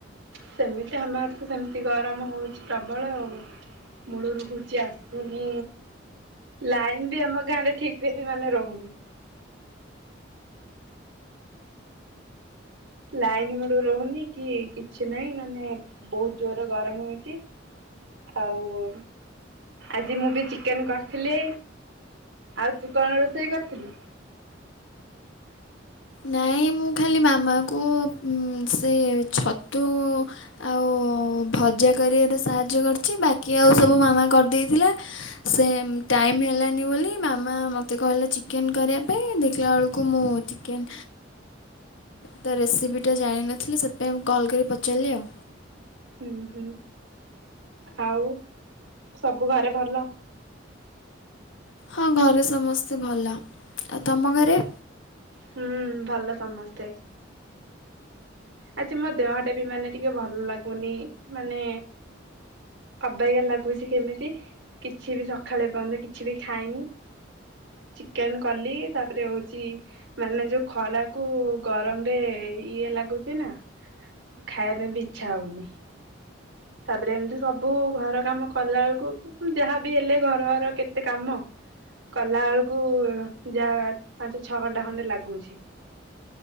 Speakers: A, on the right; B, on the left.
A: ସେମିତି ଆମ ଆଡେ ତ ସେମିତି ଗରମ ହେଉଛି ପ୍ରବଳ ଆଉ। ମୂଳରୁ ହଉଛି ଆସୁନି। ଲାଇନ୍ ବି ଆମ ଗାଁ ରେ ଠିକ୍ ରେ ବି ମାନେ ରହୁନି। ଲାଇନ୍ ମୂଳରୁ ରହୁନି କି କିଛି ନାହିଁ ମାନେ ବହୁତ ଜୋରେ ଗରମ ହଉଛି। ଆଉ ଆଜି ମୁଁ ବି ଚିକେନ୍ କରିଥିଲି। ଆଉ ତୁ କଣ ରୋଷେଇ କରିଥିଲୁ?
B: ନାଇଁ ମୁଁ ଖାଲି ମାମାକୁ ସେ ଛତୁ ଆଉ ଭଜା କରିବାରେ ସାହାଯ୍ୟ କରିଛି ବାକି ଆଉ ସବୁ ମାମା କରିଦେଇଥିଲା। ସେ ଟାଇମ୍ ହେଲାନି ବୋଲି ମାମା ମୋତେ କହିଲା ଚିକେନ୍ କରିବା ପାଇଁ ଦେଖିଲା ବେଳକୁ ମୁଁ ଚି କେନ୍ ତା ରେସିପିଟା ଜାଣିନଥିଲି ସେଥିପାଇଁ ମୁଁ କଲ୍ କରି ପଚାରିଲି ଆଉ।
A: ହୁଁ ହୁଁ ଆଉ ସବୁ ଘରେ ଭଲ?
B: ହଁ ଘରେ ସମସ୍ତେ ଭଲ ଆଉ ତମ ଘରେ?
A: ହୁଁ ଭଲ ସମସ୍ତେ। ଆଜି ମୋ ଦେହ ଟା ବି ମାନେ ଟିକେ ଭଲ ଲାଗୁନି ମାନେ ଅବାଗିଆ ଲାଗୁଛି କେମିତି କିଛି ବି ସକାଳେ ଏପର୍ଯ୍ୟନ୍ତ କିଛି ବି ଖାଇନି। ଚିକେନ୍ କଲି ତାପରେ ହଉଛି ମାନେ ଯୋଉ ଖରାକୁ ଗରମ ରେ ଇଏ ଲାଗୁଛି ନା। ଖାଇବା ପାଇଁ ବି ଇଚ୍ଛା ହଉନି। ତାପରେ ଏମିତି ସବୁ ଘର କାମ କଲା ବେଳକୁ ଯାହାବି ହେଲେ ଘର ଘର କେତେ କାମ। କଲା ବେଳକୁ ଯାହା ପାଞ୍ଚ ଛଅ ଘଣ୍ଟା ଖଣ୍ଡେ ଲାଗୁଛି।